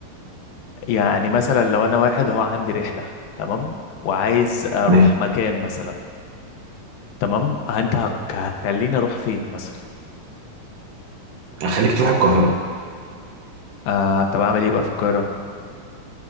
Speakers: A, on the left; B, on the right.
A: يعني مثلا لو انا واحد هو عندي رحلة تمام وعايز اروح
B: ما
A: مكان مثلا تمام انت هك- هتخليني اروح فين مثلا
B: يعني خليك تروح القاهره
A: آه طب اعمل ايه بقى في القاهرة